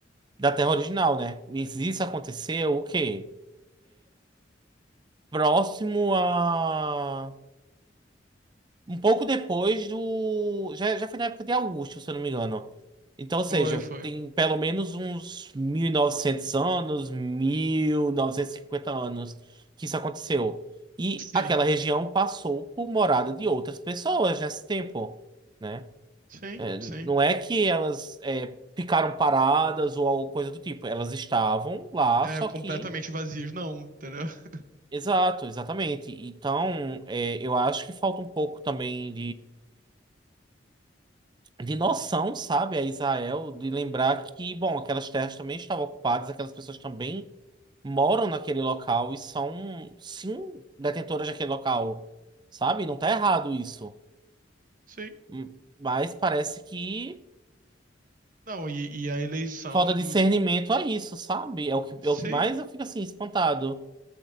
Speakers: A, on the right (about 25°); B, on the right (about 45°).
A: da terra original, né? Mas isso aconteceu o quê? Próximo a um pouco depois do. Já, já foi na época de Augusto, se eu não me engano. Então, ou seja,
B: Foi, foi.
A: tem pelo menos uns 1900 anos, 1950 anos que isso aconteceu. E
B: Sim,
A: aquela região passou por morada de outras pessoas nesse tempo, né?
B: sim,
A: É, não
B: sim.
A: é que elas é, ficaram paradas ou alguma coisa do tipo. Elas estavam lá,
B: É
A: só
B: completamente
A: que.
B: vazios, não, entendeu? <laughs>
A: Exato, exatamente. Então, é, eu acho que falta um pouco também de noção, sabe, a Israel, de lembrar que, bom, aquelas terras também estavam ocupadas, aquelas pessoas também moram naquele local e são, sim, detentoras daquele local, sabe? Não tá errado isso.
B: Sim.
A: Hum, Mas parece que
B: Não, e, e a eleição
A: falta
B: do.
A: discernimento a isso, sabe? É o que,
B: Sim.
A: é o que mais eu fico assim, espantado.